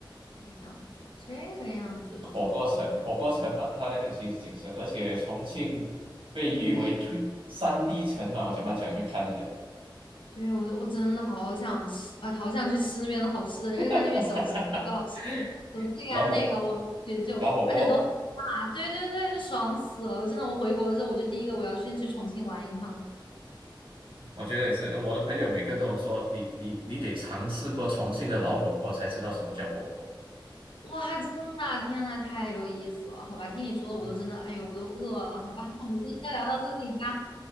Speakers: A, on the left; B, on the right.
A: 这个样子，这个样子不错不错，
B: 火锅城火锅城嘛，它那个其实景色，而且重庆被誉为推三
A: 对。
B: D 城嘛，我想蛮想去看一下。
A: 对，我我真的好想吃啊，好想去吃那边的好吃的，就是在那边小吃特别好吃，
B: <laughs>
A: 什么这个呀那个，
B: 老火
A: 我也就而且都啊，
B: 老火锅，
A: 对对对，就爽死了！我真的，我回国之后，我就第一个我要先去重庆玩一趟。
B: 我觉得也是，我的朋友每个都有说，你你你得尝试过重庆的老火锅，才知道什么叫火锅。
A: 哇，真的，天呐，太有意思了！好吧，听你说的我都真的，
B: <laughs>
A: 哎呦，我都饿了。好吧，那我们今天先聊到这里吧，